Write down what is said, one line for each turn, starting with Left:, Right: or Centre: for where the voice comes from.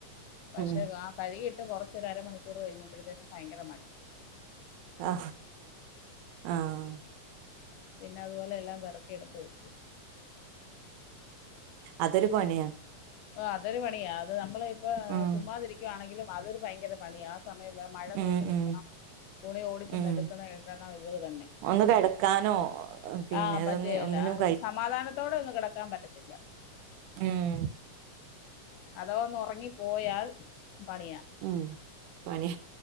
Left: പശേ
Right: ഉം
Left: കാ കഴ്കി ഇട്ട് കൊറച്ച് ഒരു അരമണിക്കൂറ് കഴിഞ്ഞപ്പോഴ്ത്തേന് ഭയങ്കര മഴ
Right: ആ ആ
Left: പിന്ന അതുപോലെ എല്ലാം പെറക്കിയെടുത്ത് വെച്ചു.
Right: അതൊരു പണിയാ
Left: ഓഹ് അതൊരു പണിയാ അത് നമ്മള് ഇപ്പ
Right: ഉം
Left: ചുമ്മാതിരിക്കാണെങ്കിലും അതൊരു ഭയങ്കര പണിയാ ആ സമയം വേം മഴ
Right: ഉം
Left: നോക്കി നിക്കണം.
Right: ഉം
Left: തുണി ഓടിച്ചെന്നെടുക്കണം
Right: ഉം
Left: ഇടണം ഇത് തന്നെ
Right: ഒന്ന് കിടക്കാനോ പിന്നെ
Left: ആഹ്
Right: അതൊന്ന്
Left: പറ്റുകേല്ല
Right: ഒന്നിനും
Left: <unintelligible> സമാധാനത്തോടെ ഒന്നും കെടക്കാൻ പറ്റത്തില്ല.
Right: ഏഹ്
Left: അധവാ ഒന്ന് ഒർങ്ങി പോയാൽ പണിയാ
Right: ഉം പണ്യ